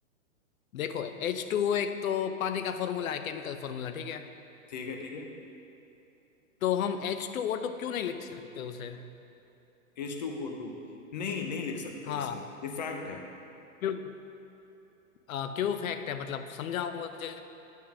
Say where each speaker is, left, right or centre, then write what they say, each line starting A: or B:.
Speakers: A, on the left; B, on the left.
A: देखो एच टू ओ एक तो पानी का फॉर्मूला है केमिकल फॉर्मूला ठीक है
B: ठीक है ठीक है
A: तो हम एच टू ओ टू क्यों नहीं लिख सकते उसे
B: H two O two नहीं नहीं लिख सकते
A: हाँ
B: इसे ये फैक्ट है
A: क्यों आ, क्यों फैक्ट है मतलब समझाओ मुझे